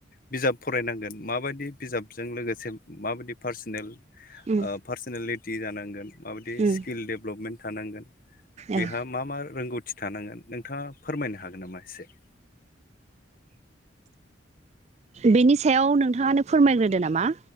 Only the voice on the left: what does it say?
बिजाब फरायनांगोन माबायदि बिजाबजों लोगोसे माबायदि पार्सनेल
पार्सनेलिटि जानांगोन माबायदि
स्किल डेभेलपमेन्ट थानांगोन बेहा
मा मा रोंगौथि थानांगोन नोंथाङा फोरमायनो हागोन नामा एसे <inaudible>